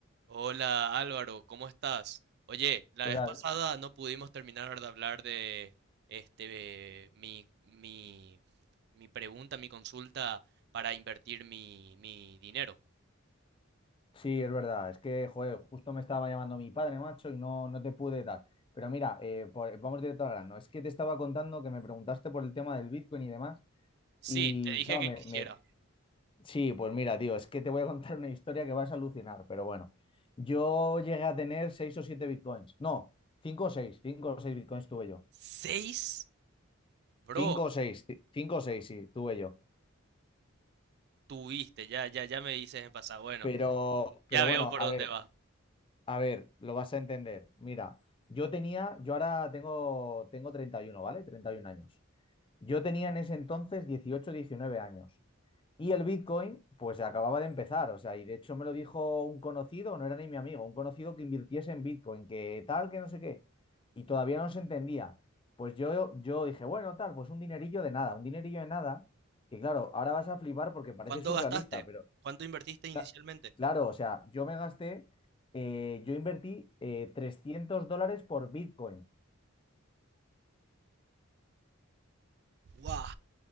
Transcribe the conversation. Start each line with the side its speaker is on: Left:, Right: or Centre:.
Right: Hola Álvaro, ¿cómo estás? Oye, la
Left: ¿Qué
Right: vez
Left: tal?
Right: pasada no pudimos terminar de hablar de este mi, mi, mi pregunta, mi consulta para invertir mi, mi dinero.
Left: Sí, es verdad. Es que, joder, justo me estaba llamando mi padre, macho, y no, no te pude dar. Pero mira, eh, por- vamos directo al grano. Es que te estaba contando que me preguntaste por el tema del Bitcoin y demás.
Right: Sí,
Left: Y
Right: te dije
Left: claro,
Right: que
Left: me,
Right: quisiera.
Left: me- sí, pues mira, tío, es que te voy a contar una historia que vas a alucinar, pero bueno. Yo llegué a tener seis o siete Bitcoins. No, cinco o seis, cinco o seis Bitcoins tuve yo.
Right: ¿Seis? Bro,
Left: Cinco o seis, cinco o seis, sí, tuve yo.
Right: tuviste, ya, ya, ya me dices en pasado. Bueno,
Left: Pero, pero
Right: ya veo
Left: bueno,
Right: por
Left: a
Right: dónde
Left: ver.
Right: va.
Left: A ver, lo vas a entender. Mira, yo tenía, yo ahora tengo, tengo 31, ¿vale? 31 años. Yo tenía en ese entonces 18, 19 años. Y el Bitcoin, pues acababa de empezar, o sea, y de hecho me lo dijo un conocido, no era ni mi amigo, un conocido que invirtiese en Bitcoin, que tal, que no sé qué, y todavía no se entendía. Pues yo, yo dije, bueno, tal, pues un dinerillo de nada, un dinerillo de nada, que claro, ahora vas a flipar porque parece
Right: ¿Cuánto
Left: surrealista,
Right: gastaste?
Left: pero
Right: ¿Cuánto invertiste inicialmente?
Left: Cla- Claro, o sea, yo me gasté, eh, yo invertí eh, 300 dólares por Bitcoin.
Right: ¡Guau!